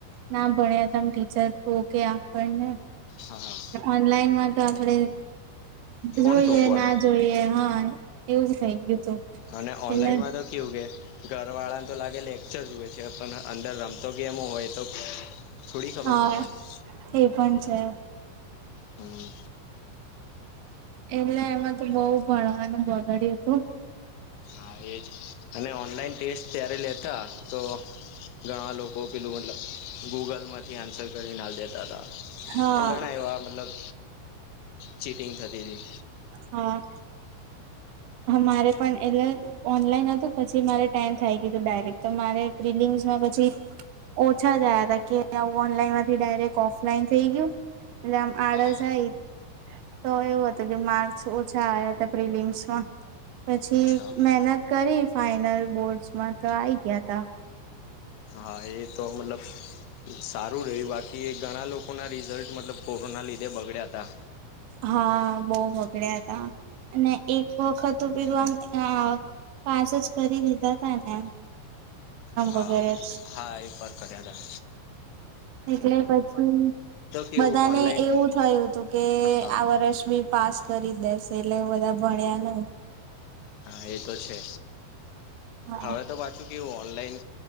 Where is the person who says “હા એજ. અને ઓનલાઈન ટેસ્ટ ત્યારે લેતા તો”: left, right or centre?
Left